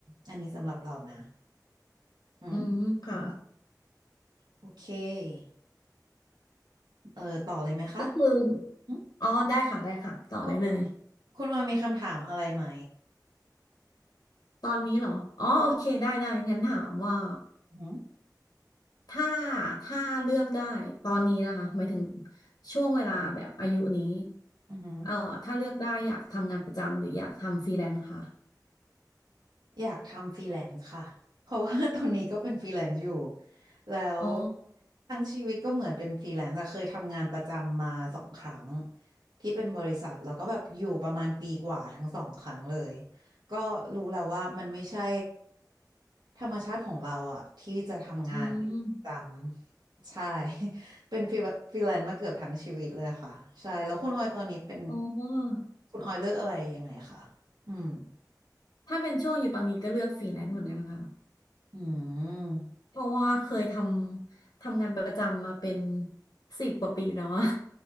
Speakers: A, on the right; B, on the left.
A: อันนี้สำหรับเรานะอืม
B: อืมค่ะ
A: โอเคเออต่อเลยไหมคะ
B: ก็คือ
A: อืม
B: อ๋อได้ค่ะได้ค่ะต่อได้เลย
A: คุณคุณออยมีคำถามอะไรไหม
B: ตอนนี้เหรออ๋อโอเค ได้ได้งั้นถามว่า
A: อืม
B: ถ้า ถ้าเลือกได้ ตอนนี้นะคะหมายถึงช่วงเวลาแบบอายุนี้
A: อหืม
B: เอ่อถ้าเลือกได้อยากทำงานประจำหรืออยากทำฟรีแลนซ์ค่ะ
A: อยากทำฟรีแลนซ์ค่ะเพราะว่า <laughs> ตอนนี้ก็เป็นฟรีแลนซ์อยู่แล้ว
B: อ๋อ
A: ทั้งชีวิตก็เหมือนเป็นฟรีแลนซ์อะเคยทำงานประจำมาสองครั้งที่เป็นบริษัทแล้วก็แบบอยู่ประมาณปีกว่าทั้งสองครั้งเลยก็รู้แล้วว่ามันไม่ใช่ธรรมชาติของเราอะที่จะทำงานประจ
B: อืม
A: ำใช่ <laughs> เป็นฟรีฟรีแลนซ์มาเกือบทั้งชีวิตเลยค่ะใช่แล้วคุณออยตอนนี้เป็น
B: อ๋อ
A: คุณออยเลือกอะไรยังไงคะอืม
B: ถ้าเป็นช่วงอยู่ตอนนี้ก็เลือกฟรีแลนซ์เหมือนกันค่ะ
A: อืม
B: เพราะว่าเคยทำทำงานประจำมาเป็นสิบกว่าปีแล้วอะ